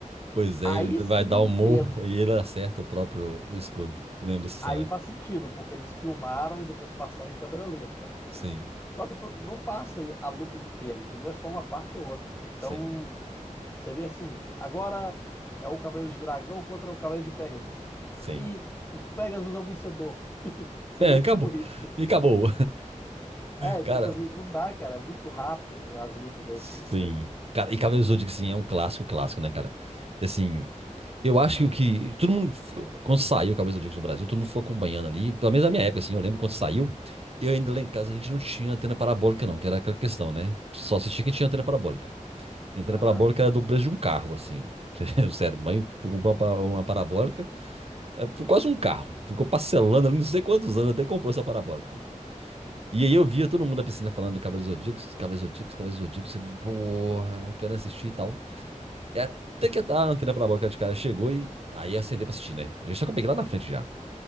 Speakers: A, on the right; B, on the left.
A: Pois é,
B: Aí
A: ele
B: sim
A: vai dar um
B: entendo.
A: morro e ele acerta o próprio escudo. Lembra dessa cena?
B: Aí faz sentido, porque eles filmaram e depois passaram em câmera lenta.
A: Sim,
B: Só que pro- não passa a luta inteira, entendeu? É só uma parte ou outra. Então,
A: sim,
B: seria assim: agora é o Cavaleiro de Dragão contra o Cavaleiro de Pegasus.
A: sim.
B: E o Pegasus é o vencedor. <laughs> Seria
A: É, acabou.
B: tipo isso.
A: E acabou.
B: É,
A: <laughs> Cara,
B: tipo assim, não dá, cara. É muito rápido as lutas deles
A: Sim.
B: tinha que ser.
A: Cara, e Cavaleiros do Zodíaco, assim, é um clássico, clássico, né, cara? E, assim, eu acho que o que. Todo mundo. ficou- Quando saiu o Cavaleiros do Zodíaco no Brasil, todo mundo foi acompanhando ali. Pelo menos na minha época, assim, eu lembro quando saiu. Eu ainda lá em casa a gente não tinha antena parabólica, não, que era aquela questão, né? Só assistia quem tinha antena parabólica. E a antena
B: Aham.
A: parabólica era do preço de um carro, assim. <laughs> Sério, mãe comprou uma, pa- uma parabólica, é, por quase um carro. Ficou parcelando ali não sei quantos anos até comprou essa parabólica. E aí eu via todo mundo na piscina falando do Cavaleiros Zodíacos, Cavaleiros Zodíacos, Cavaleiros Zodíacos, você porra, eu quero assistir e tal. E até que a antena parabólica de cara chegou e aí eu sentei pra assistir, né? Eu só que eu peguei lá na frente já.